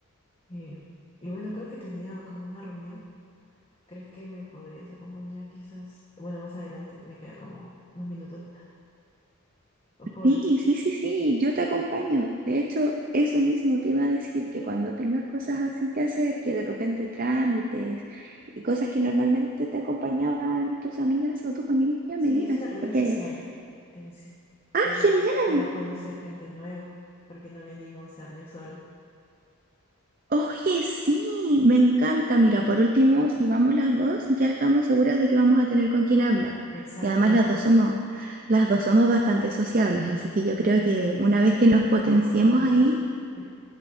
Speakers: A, on the left (about 25°); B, on the right (about 40°).
A: Eh, y bueno, creo que tenía como una reunión. ¿Crees que me podrías acompañar quizás? Bueno, más adelante, me queda como unos minutos. <laughs> Porque
B: Sí, sí, sí, sí, yo te acompaño. De hecho, eso mismo te iba a decir, que cuando tengas cosas así que hacer, que de repente trámites y cosas que normalmente te acompañaban tus amigas o tu familia,
A: sí,
B: me digas,
A: es una reunión
B: porque,
A: social en sí,
B: ah,
A: quizás
B: genial.
A: para conocer gente nueva, porque no me animo a estar yo sola.
B: Oye, sí, me encanta. Mira, por último, si vamos las dos, ya estamos seguras de que vamos a tener con quién hablar.
A: Exacto.
B: Y además las
A: <laughs>
B: dos somos, las dos somos bastante sociables, así que yo creo
A: Mm,
B: que una vez que nos potenciemos
A: ahora no mucho.
B: ahí,
A: <laughs>